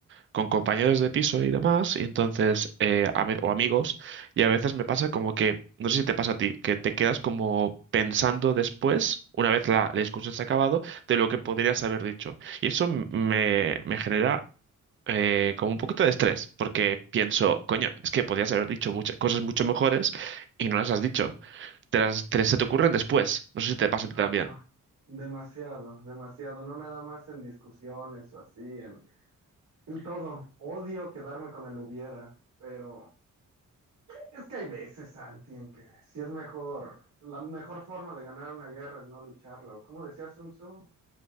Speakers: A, on the right; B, on the right.
A: con compañeros de piso y demás, y entonces, eh, a ve- o amigos, y a veces me pasa como que, no sé si te pasa a ti, que te quedas como pensando después, una vez la, la discusión se ha acabado, de lo que podrías haber dicho. Y eso m- me, me genera eh, como un poquito de estrés, porque pienso, coño, es que podrías haber dicho muchas cosas mucho mejores y no las has dicho. Te las, te, se te ocurren después. No sé si te pasa a
B: ajá,
A: ti también.
B: demasiado, demasiado, no nada más en discusiones o así, En todo. Odio quedarme con el hubiera, pero es que hay veces, Santi, en que si es mejor, la mejor forma de ganar una guerra es no lucharla. O como decía Sun Tzu,